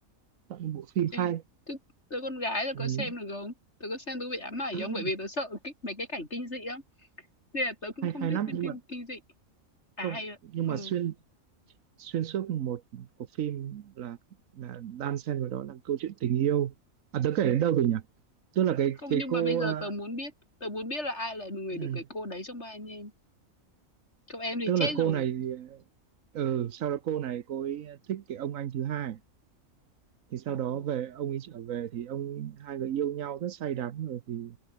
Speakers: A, on the right (about 75°); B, on the left (about 55°).
A: tận bộ phim
B: ừ
A: hay
B: Chứ tớ con gái tớ
A: ừ.
B: có xem được không tớ có xem tớ bị ám ảnh
A: <clears throat>
B: không bởi vì tớ sợ cái, mấy cái cảnh kinh dị lắm nên là tớ cũng
A: hay
B: không
A: hay
B: thích
A: lắm
B: xem
A: nhưng
B: phim
A: mà
B: kinh dị à
A: không
B: hay ạ.
A: nhưng
B: ừ
A: mà xuyên xuyên suốt một cuộc phim là là đan xen vào đó là câu chuyện tình yêu à tớ kể đến đâu rồi nhỉ tức là cái
B: Không,
A: cái
B: nhưng
A: cô
B: mà bây giờ
A: à,
B: tớ muốn biết, tớ muốn biết là ai là người
A: ừ,
B: được cái cô đấy trong ba anh em. Cậu em thì
A: tức
B: chết
A: là cô
B: rồi.
A: này ờ, ừ, sau đó cô này cô ấy thích cái ông anh thứ hai thì sau
B: Ồ.
A: đó về ông ấy trở về thì ông hai người yêu nhau rất say đắm rồi thì